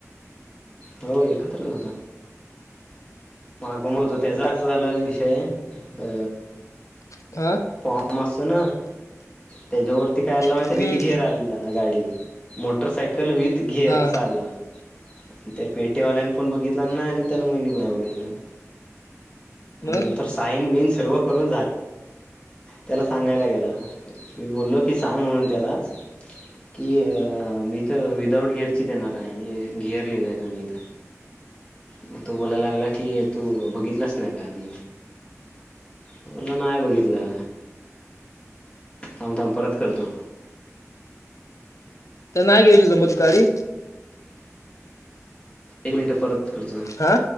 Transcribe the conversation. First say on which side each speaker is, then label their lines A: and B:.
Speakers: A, on the left (about 20°); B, on the left (about 70°).
A: हो एकत्रच होत माग होतो त्याचा असं झालं विषय अ
B: आ
A: मसन त्याच्यावर <unintelligible> ते काय अल्ल
B: हम्म
A: विथ गेर आला गाडी मोटरसायकल विथ गेर
B: हा
A: असं आलेलं <unintelligible> त्या पेठेवाल्यां पण बघितलन नाय आणि तन्मयनी पण नाय बघितलन.
B: मग
A: नंतर साईन बीन सर्व करून झाले. त्याला सांगायला गेला मी बोललो की सांग म्हणून त्यालाच कि अ मी त विदाऊट गिअर ची देणार आहे त्याला सांगायला गेला मी बोललो की सांग मनून तेला की इथं विदाउट गेर ची आणि गीअर लिहिलाय तुम्ही इथ मग तो बोलायला लागला की तू बघितलास नाही का आधी? मी बोलला नाय बघितला. थांब थांब परत करतो.
B: तर नाय घ्यायची जमत गाडी.
A: एक मिनटं परत करतो.
B: हा